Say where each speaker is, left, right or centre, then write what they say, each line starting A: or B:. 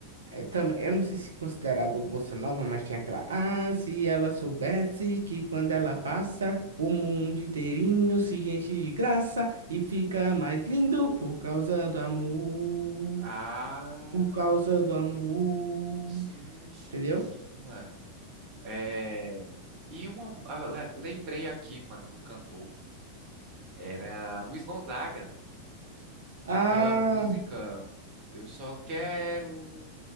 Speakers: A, on the right (about 70°); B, on the right (about 40°).
A: É, tam- Eu não sei se é considerado bossa nova, mas tinha aquela. Ah, se ela soubesse que quando ela passa, o mundo inteirinho se enche de graça e fica mais lindo por causa do amor.
B: Ah,
A: Por causa do amor.
B: sim, sim,
A: Entendeu?
B: sim, mano. É... E uma, ah, le- lembrei aqui, mano, do cantor. Era Luiz Gonzaga. Aquela
A: Ah,
B: música Eu só quero.